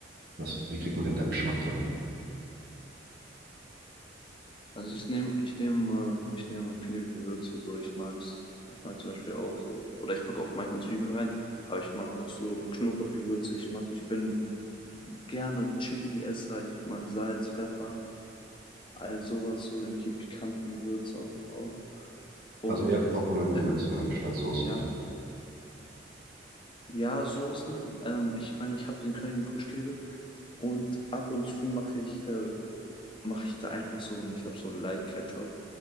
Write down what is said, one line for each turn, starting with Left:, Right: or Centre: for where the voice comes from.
Right: Was, wie kriegt man denn da Geschmack dran?
Left: Also ich nehme, ich nehme, äh, ich nehme viele Gewürze so. Ich mag's. Ich mag zum Beispiel auch so. Oder ich packe auch manchmal Zwiebeln rein, aber ich mag auch so Knoblauchgewürze. Ich mag, ich bin gerne Chili-Esser. Ich mag Salz, Pfeffer. all sowas, so irgendwelche pikanten Gewürze auch. auch. Und
Right: Also eher trockene Gewürze
Left: ähm,
Right: anstatt Soßen.
Left: ja, ja, Soßen. Ähm, ich meine, ich habe den Königin Frischkäse und ab und zu mache ich, äh, mache ich da einfach so und ich habe so einen Light Ketchup